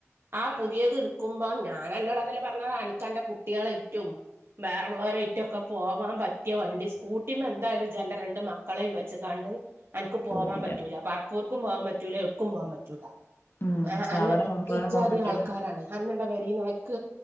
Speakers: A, on the right; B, on the left.
A: ആ പുതിയത് എടു ക്കുമ്പോ ഞാന് അന്നോട് അതല്ലെ പറഞ്ഞത് അനക്ക്ന്റെ കുട്ട്യളെയ്റ്റും ബേറലോരേറ്റൊക്കെ പോവാൻ പറ്റിയ വണ്ടി സ്കൂട്ടിമെ എന്തായാലും ജന്റെ രണ്ട് മ മക്കളേം വെച്ച്ക്കാണ്ട് അന്ക്ക് പോവാൻ
B: പോവൂല
A: പറ്റൂല പർപ്പൂർക്കും പോവാൻ പറ്റൂല്ല എവ്ട്ക്കും പോവാൻ പറ്റൂല
B: ഉം
A: ആ
B: സാധനം
A: അന്ന
B: കൊണ്ടുവരാനും
A: ഇജാതി
B: പോകാൻ പറ്റൂല
A: ആൾക്കാരാണ്. അന്നെണ്ടോ പേരിന്നയക്ക